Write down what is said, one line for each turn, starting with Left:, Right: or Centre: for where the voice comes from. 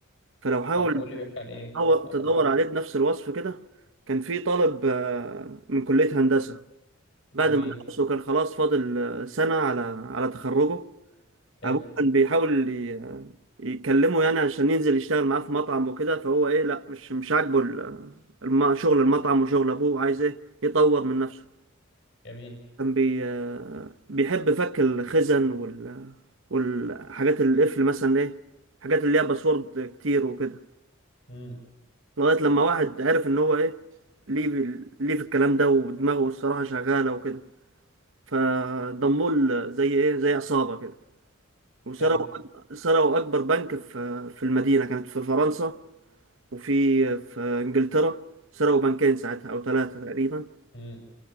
Right: فلو حاول
Left: طب قول لي بيحكي عن ايه
Right: تدور
Left: آه،
Right: تدور
Left: ممكن
Right: عليه بنفس الوصف كده كان في طالب آه من كليه هندسه بعد
Left: جميل
Right: ما درس وكان خلاص فاضل آه، سنه على على تخرجه
Left: حلو
Right: ابوه كان بيحاول ي- يكلمه يعني عشان ينزل يشتغل معاه في مطعم وكده فهو ايه لا مش مش عاجبه ال- الم- شغل المطعم وشغل ابوه عايز ايه يطور من نفسه
Left: جميل
Right: كان بي بيحب فك الخزن وال... والحاجات القفل مثلا ايه حاجات اللي ليها باسورد كتير وكده
Left: امم
Right: لغاية لما واحد عرف ان هو ايه ليه ليه في الكلام ده ودماغه الصراحة شغالة وكده فضموه ل- زي ايه زي عصابة كده وسرقوا
Left: حلو
Right: أك- سرقوا أكبر بنك في في المدينة كانت في فرنسا وفي في إنجلترا سرقوا بنكين ساعتها أو ثلاثة تقريبا
Left: امم